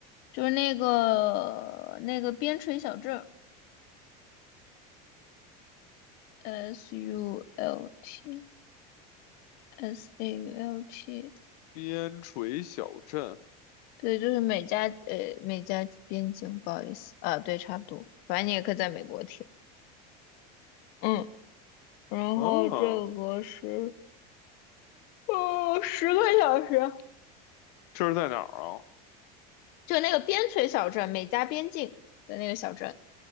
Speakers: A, on the left; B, on the left.
A: 就是那个那个边陲小镇，S U L T。S A U L T，
B: 边陲小镇
A: 对，就是美加呃美加边境，不好意思啊，对，差不多，反正你也可以在美国听，嗯，然后这个是
B: 啊，
A: 呃十个小时，
B: 这是在哪儿啊？
A: 就那个边陲小镇，美加边境的那个小镇